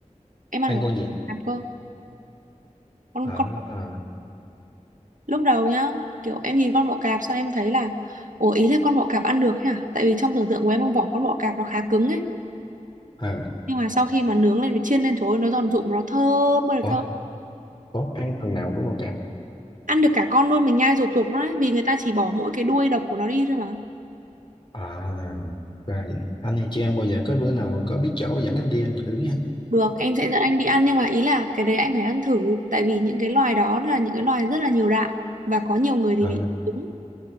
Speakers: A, on the right (about 85°); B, on the left (about 40°).
A: em ăn
B: ăn
A: cả con
B: con gì?
A: cạp cơ con
B: À,
A: con lúc đầu nhá kiểu em nhìn con bọ cạp sao em thấy là ủa ý là con bọ cạp ăn được thế à tại vì trong tưởng tượng của em con vỏ con bọ cạp nó khá cứng ấy
B: à.
A: nhưng mà sau khi mà nướng lên với chiên lên trời ơi nó giòn rụm nó thơm ơi là
B: Ủa,
A: thơm
B: Ủa, ăn phần nào của bò cạp?
A: ăn được cả con luôn mình nhai rụp rụp đấy vì người ta chỉ bỏ mỗi cái đuôi độc của nó đi thôi mà
B: À, ra vậy. Anh thì chưa ăn bao giờ. Có bữa nào có biết chỗ dẫn anh đi ăn thử nha.
A: được em sẽ dẫn anh đi ăn nhưng mà ý là cái đấy anh phải ăn thử tại vì những cái loài đó là những cái loài rất là nhiều đạm và có nhiều người thì
B: Ờ,
A: bị trúng